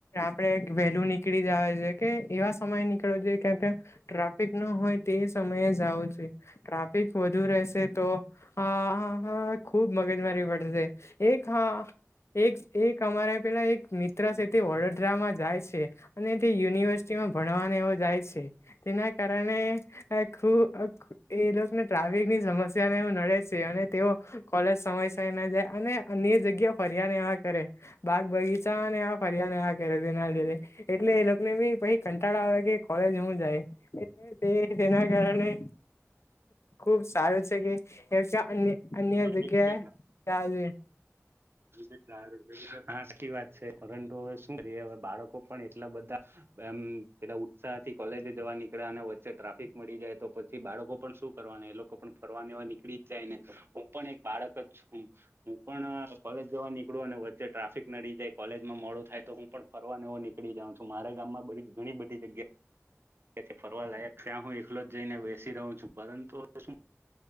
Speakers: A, on the left; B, on the right.
A: આપણેે વહેલું નીકળી જાવા જોએ કે એવા સમય નિકળવું જોએ. કા તો ટ્રાફિક ન હોય તે સમયે જ જાવું જોઈએ. ટ્રાફિક વધુ રહેશે તો આ હા હા ખૂબ મગજમારી પડશે. એક હા એક એક અમારા પેલા એક મિત્ર સે તે વડોદરામાં જાય છે. અને તે યુનિવર્સિટીમાં ભણવાને એવો જાય છે. તેના કારણે ખૂ એ લોકને ટ્રાફિકની સમસ્યાને એવુ નડે છે. અને તેઓ કોલેજ સમયસર ન જાય અને અન્ય જગ્યા ફર્યા ને એવા કરે. બાગ બગીચાને એવા ફરિયાને એવા કરે જેના લીધે એટલે એ લોકને બી પહિ કંટાળો આવે કે કોલેજ હું જાય એટલે તે જેના કારણે ખુબ સારું છે કે <inaudible> અન્ય અન્ય
B: છે
A: જગ્યાએ ચાલે.
B: <inaudible> હા સાચી વાત છે પરંતુ હવે શું કરીએ હવે બાળકો પણ એટલા બધા એમ પેલા ઉત્સાહથી કોલેજે જવા નીકળ્યા અને વચ્ચે ટ્રાફિક મળી જાય તો પછી બાળકો પણ શું કર ફ એ લોકો પણ ફરવાને એવા નીકળી જ જાય ને હું પણ એક બાળક જ છું હું પણ કોલેજ જવા નીકળું અને વચ્ચે ટ્રાફિક નડી જાય કોલેજમાં મોડું થાય તો હું પણ ફરવાનેવું નીકળી જાઉં છું મારે ગામમાં ઘણી બધી જગ્યા ફરવા લાયક છે હું એકલો જ જઈને બેસી રહું છું પરંતુ હવે શું